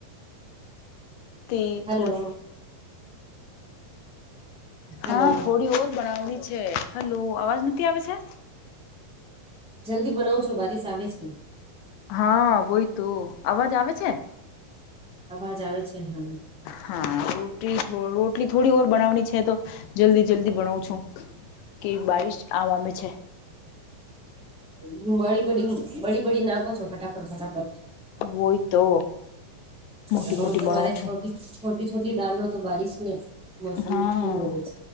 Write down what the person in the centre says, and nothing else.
હલો
હલો
જલ્દી બનાવ છું. બારીસ આવે છે.
અવાજ આવેે છે. હહ
બડી બડી બડી બડી નાખો છો ફટાફટ ફટાફટ.
ઘણું
તમારે
છોટી છોટી છોટી ડાલો તો બારીશને મોસમ
ખુલ છે